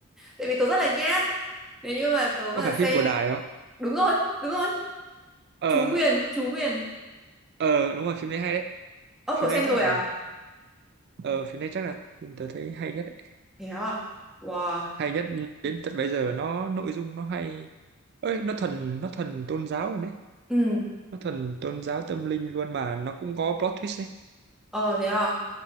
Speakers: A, in the centre; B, on the right (about 50°).
A: tại vì tớ rất là nhát. Nếu như mà tớ
B: có
A: mà
B: phải phim
A: xem
B: của Đài không
A: đúng rồi, đúng rồi.
B: ờ
A: Chú Nguyền, chú Nguyền.
B: ờ đúng rồi phim đấy hay đấy
A: Ơ
B: phim
A: cậu xem
B: đấy chắc
A: rồi
B: là
A: à?
B: ờ phim đấy chắc là phim tớ thấy hay nhất đấy
A: Thế à? Wow.
B: hay nhất đến tận bây giờ nó nội dung nó hay ơi nó thuần nó thuần tôn giáo rồi đấy
A: Ừ,
B: nó thuần tôn giáo tâm linh luôn mà nó cũng có plot twist đấy
A: ờ thế à.